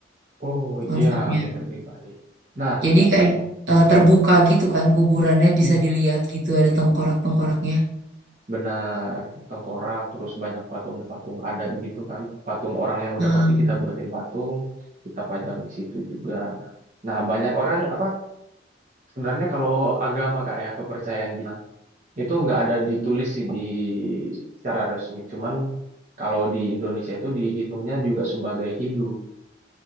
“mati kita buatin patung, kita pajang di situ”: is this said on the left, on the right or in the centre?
Right